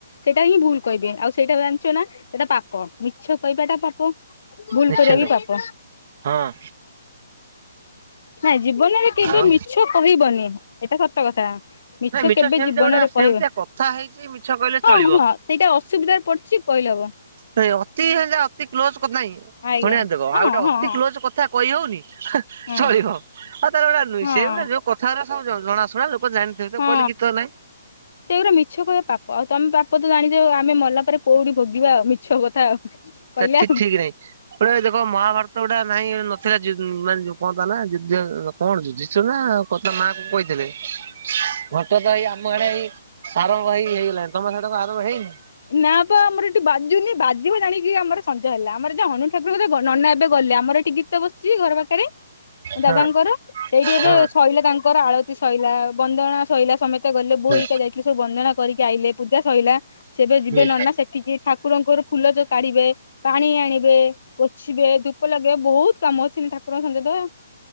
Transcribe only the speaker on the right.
ନିଶ୍ଚିନ୍ତ
ହଁ।
ଆଉ
ନାଇଁ
ସେମିତିଆ
ଗୋଟେ ସେମିତିଆ
କଥା ହେଇଛି ମିଛ କହିଲେ ଚଳିବ।
ନାଇଁ ଅତି ହେ ଅତି କ୍ଲୋଜ କଥା ନାଇଁ
ଶୁଣିବା ଦେଖ
ଆଉ ଗୋଟେ
ଅତି
କ୍ଲୋଜ କଥା କହି ହଉନି
ଚଳିବ ଆଉ ତାର ଗୋଟା ନ
ସେ ଭଳିଆ ଯୋଉ କଥାଗୁଡ଼ାକ ଥା ସବୁ ଜଣାଶୁଣା ଲୋକ ଜାଣିଥିବେ। ତ
କହିଲେ ଗୀତ ନାଇଁ
ସେଠିକ ଠିକ ନାହିଁ ପୁରା ଦେଖ ମହାଭାରତ ଗୁଡା ନାଇଁ ନଥିଲା। ଯ ମାନେ କହନ୍ ନା ଯୁଧି କଣ ଯୁଧିଷ୍ଠିର ନା କ ମା କୁ କହିଥିଲେ। ଘଟ ତ ଏଇ ଆମ ଏଡେ ଏଇ ଆରମ୍ଭ ହେଇ ହେଇ ହେଇଗଲାଣି। ତମ ସେଡାକୁ ଆରମ୍ଭ ହେଇନି?
ହଁ
ହଁ
ହୁଁ
ହୁଁ